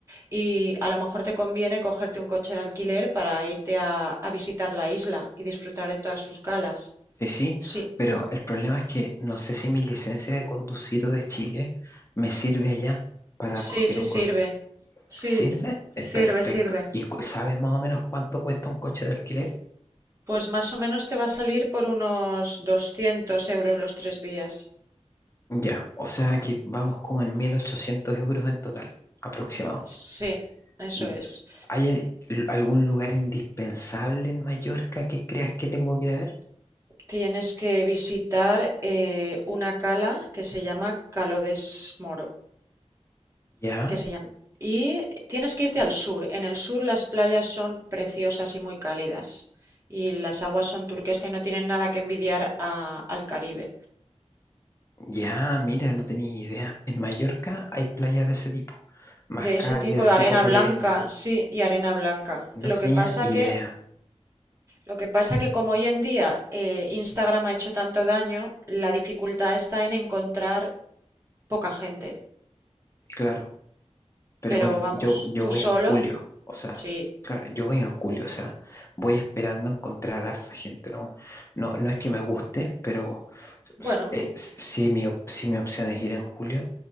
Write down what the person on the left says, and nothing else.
Sí, sí,
pero el problema es que no sé si mi licencia de conducir de Chile me sirve allá para
coger
un
coche.
¿Sirve?
Es perfecto.
¿Y cu- sabes más o menos cuánto cuesta un coche de alquiler?
Ya, o sea que vamos como en 1.800 euros en total, aproximado.
Mm,
¿Hay al- algún lugar indispensable en Mallorca que creas que tengo que ir a ver?
Ya.
Ya, mira, no tenía idea. En Mallorca hay playas de ese tipo, más
cálidas,
tipo
caribeña.
No
tenía
idea,
claro. Pero
bueno,
yo, yo
voy
en julio, o sea,
claro, yo voy en julio, o sea, voy esperando encontrar harta gente, ¿no? No, no es que me guste, pero
s- eh, s- si mi, op- si mi opción es ir en julio,